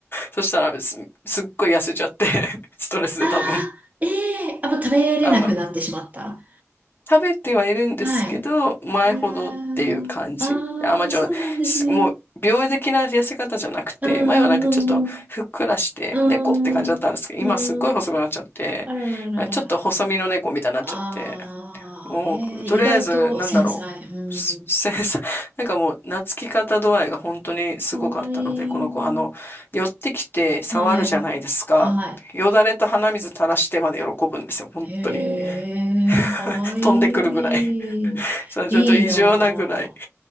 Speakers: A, on the left; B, on the right.
A: そしたらす、すっごい痩せちゃって、<laughs> ストレスで多分。
B: あー、ええー、あ、もう食べれなくなってしまった。
A: あの、食べてはいるんですけど、
B: はい。
A: 前ほどっていう感じ。
B: あらー、あ
A: あ、まあ、ちょ、
B: ー、そうなんですね。
A: すもう、病的な痩せ方じゃなくて、
B: うんうん
A: 前はなんかちょっとふっくらして、
B: うんうん。
A: 猫って感じだったんですけど、
B: うんうん。
A: 今すっごい細くなっちゃって、
B: あらららららら。
A: ちょっと細身の猫みたいになっちゃって、
B: ああ、
A: もう、
B: へえ、
A: とりあえず、
B: 意外と繊細。
A: なんだろう、
B: うん。
A: すせ <laughs> なんかもう、懐き方度合いが本当にすごかったので、
B: かわいい。
A: この子、あの、寄ってきて触るじゃないですか。
B: はい。は
A: よだれと鼻水垂らしてまで喜ぶんですよ、本当に。
B: い。へえ、
A: <laughs>
B: かわいい。
A: 飛んでくるぐらい。そう、
B: いいなあ。
A: ちょっと異常なぐらい。